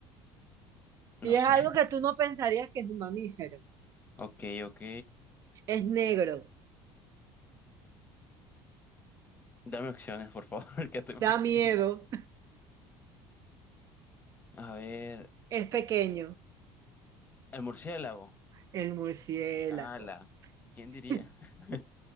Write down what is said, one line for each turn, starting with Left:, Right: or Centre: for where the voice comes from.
Left: no
Right: Y es
Left: sé.
Right: algo que tú no pensarías que es un mamífero.
Left: Ok, ok.
Right: Es negro,
Left: Dame opciones, por favor, <laughs> que estoy
Right: da
Left: muy
Right: miedo.
Left: mal. A ver,
Right: Es pequeño,
Left: el murciélago.
Right: el murciélago.
Left: Ala, ¿quién diría?
Right: <laughs>
Left: <laughs>